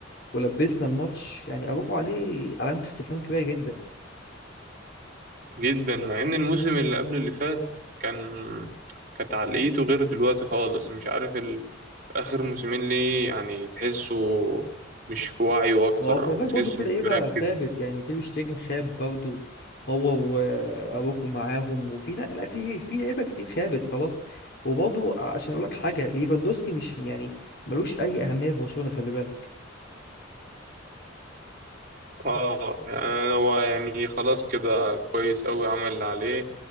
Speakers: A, on the left (about 55°); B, on the right (about 45°).
A: ولبسنا الماتش يعني اروخو عليه علامة استفهام كبيرة جدا
B: جدا مع ان الموسم اللي قبل اللي فات كان كانت عقليته غير دلوقتي خالص مش عارف ال... اخر موسمين ليه يعني تحسه مش في وعيه اكتر
A: ما هو خلي
B: او
A: بالك
B: تحسه
A: برضه في
B: مش
A: لعيبة
B: مركز
A: خابت يعني تير شتيجن خاب برضه هو واروخو معاهم وفي لا لا في في لعيبة كتير خابت خلاص وبرضه عشان اقول لك حاجة ليفاندوسكي مش يعني ملوش اي اهمية في برشلونة خلي بالك
B: اه يعني هو يعني خلاص كده كويس قوي عمل اللي عليه